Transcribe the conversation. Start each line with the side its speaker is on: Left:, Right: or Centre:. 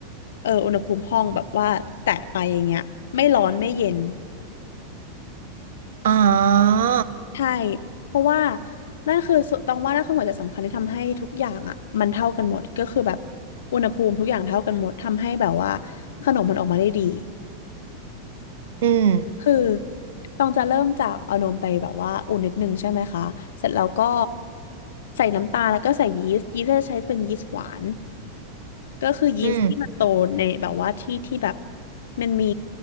Left: เอออุณหภูมิห้องแบบว่าแตะไปอย่างเงี้ยไม่ร้อนไม่เย็น
Right: อ๋อ
Left: ใช่เพราะว่านั่นคือสุต้องว่านั่นคือหัวใจสำคัญที่ทำให้ทุกอย่างอ่ะมันเท่ากันหมดก็คือแบบอุณหภูมิทุกอย่างเท่ากันหมดทำให้แบบว่าขนมมันออกมาได้ดี
Right: อืม
Left: คือต้องจะเริ่มจากเอานมไปแบบว่าอุ่นนิดนึงใช่ไหมคะเสร็จแล้วก็ใส่น้ำตาลแล้วก็ใส่ยีสต์ยีสต์จะใช้เป็นยีสต์หวาน ก็คือยีสต์ที่มันโตในแบบว่าที่ที่แบบ
Right: อืม
Left: มันมี